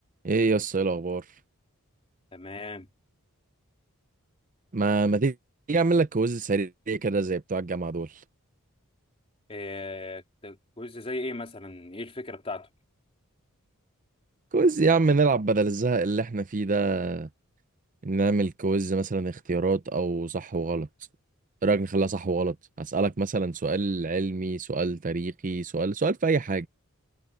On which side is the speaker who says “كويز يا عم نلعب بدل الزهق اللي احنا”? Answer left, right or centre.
Right